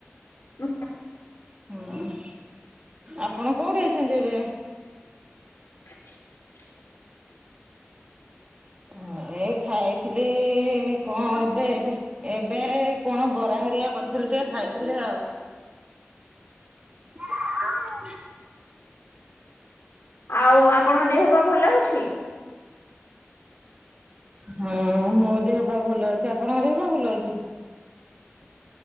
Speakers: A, on the left; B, on the right.
A: <unintelligible>
B: ହଁ ଆପଣ କୋଉଠି ଅଛନ୍ତି ଏବେ?
A: <inaudible>
B: ହଁ ଏଇ ଖାଇଥିଲି କଣ ଏବେ? ଏବେ କଣ ବରା ହେରିକା କରିଥିଲେ ଟିକେ ଖାଇଥିଲି ଆଉ <inaudible>
A: ଆଉ ଆପଣଙ୍କ ଦେହ ପା ଭଲ ଅଛି?
B: ହଁ ମୋ ଦେହ ପା ଭଲ ଅଛି ଆପଣଙ୍କ ଦେହ ପା ଭଲ ଅଛି?